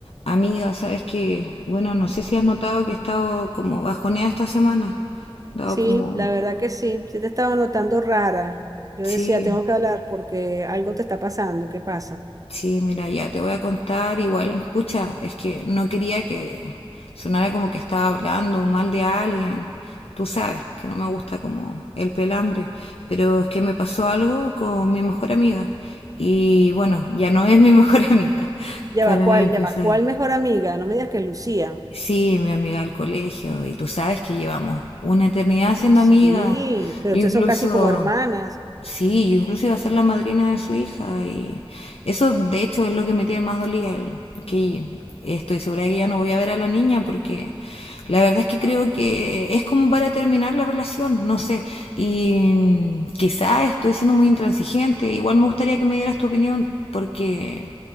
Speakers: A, on the left; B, on the right.
A: Amiga, sabes que, bueno, no sé si has notado que he estado como bajoneada esta semana. Dado
B: Sí,
A: como,
B: la verdad que sí. Sí te estaba notando rara. Yo
A: sí,
B: decía, tengo que hablar porque algo te está pasando. ¿Qué pasa?
A: sí, mira, ya te voy a contar. Igual, pucha, es que no quería que sonara como que estaba hablando mal de alguien. Tú sabes que no me gusta como el pelambre, pero es que me pasó algo con mi mejor amiga. Y bueno, ya no es mi mejor <laughs> amiga,
B: Ya
A: para
B: va, ¿cuál?
A: empezar.
B: Ya va, ¿cuál mejor amiga? No me digas que es Lucía.
A: Sí, mi amiga del colegio, y tú sabes que llevamos una eternidad siendo
B: Sí,
A: amigas.
B: pero
A: Yo
B: ustedes
A: incluso,
B: son casi como hermanas.
A: sí, yo incluso iba a ser la madrina de su hija, y eso de hecho es lo que me tiene más dolida, el- que estoy segura de que ya no voy a ver a la niña porque la verdad es que creo que es como para terminar la relación, no sé. Y mm, quizá estoy siendo muy intransigente, igual me gustaría que me dieras tu opinión, porque